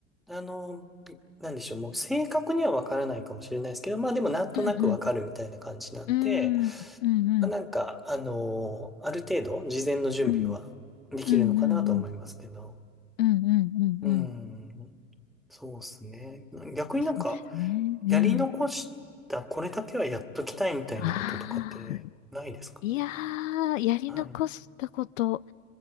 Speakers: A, in the centre; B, on the left (about 75°).
A: あの、なんでしょう、もう正確にはわからないかもしれないですけど、まあでもなんとなくわかるみたいな感じなんで、
B: うんうん。うーん。うんうん。
A: まあ、なんか、あの、ある程度事前の準備はできるのかなと思いますけど。
B: うんうんうんうん。うんうんうんうん。
A: うん、そうですね。逆になんか、
B: そうですね。
A: やり残した、
B: うん。
A: これだけはやっときたいみたいなこととかってないですか
B: ああ。いやー、やり残したこと。
A: はい。